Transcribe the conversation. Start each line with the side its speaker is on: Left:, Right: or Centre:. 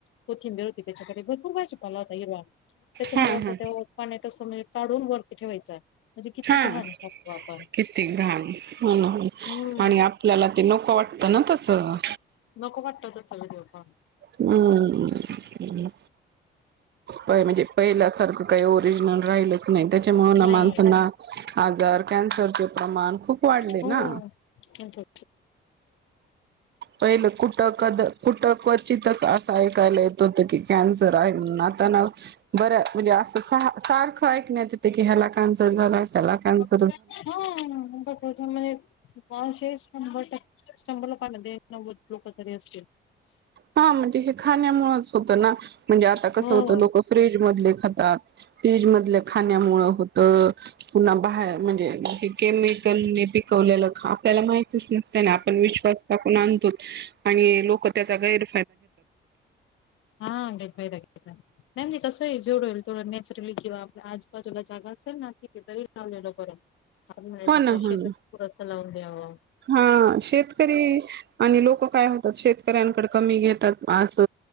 Left: कोथिंबेर त्याच्याकडे भरपूर वहिज पाला होता हि त्याच्यामध्ये
Right: हा
Left: अस
Right: हा
Left: ते पाण्यात येत काढून वरती ठेवायचा म्हणजे किती घाण
Right: हा
Left: खातो आपण
Right: किती घाण हो
Left: हम्म
Right: आणि आपल्याला ते नको वाट ता ना तसं
Left: नको वाटत तस ह ह
Right: हम्म काय म्हणजे पहिल्या सारखं काही ओरिजनल राहिल नाही त्याच्यामुळे
Left: नाही
Right: माणसांना आजार कन्सरचे प्रमाण खूप वाढले
Left: हो
Right: ना
Left: हा म्हणजे
Right: पहिलं कुटक कुटकत तितंच असा एक ऐकलो होतो कि कॅन्सर झाला असा सारखं ऐकण्यात येतंय कि ह्याला कॅन्सर झाला तेला कॉन्स
Left: हा म का कच म्ह <unintelligible> मशे शंभर ट शंभर लोक नव्वद लोक तरी असतील
Right: हा म्हणजे हे खाण्यामुळेच होतं ना म्हणजे आता कसं
Left: हो
Right: होतं लोकं फ्र्रीज मधले ात फ्रीज मध खाण्यामु होत पुन्हा बाहेर म्हणजे क केमिकलने पिकवलेला खा त्याला मा तस नसत ना आपण विश्वास टाकून आणतो आणि लोक त्याचा गैर
Left: हा अंकज भाई राज मॅम जस कसं हे जेवढ होईल तेवढ नॅचरली किंवा आपल्या आजूबाजूला जागा असेल ना तिथे तरी लावले पर्यंत मा
Right: हो
Left: आपल्या
Right: ना हो
Left: शेतात
Right: ना
Left: पुरसा लावून द्यावा
Right: हा शेतकरी आणि लोक काय म्हणतात शेतकऱ्यांनकडन कमी घेतात अस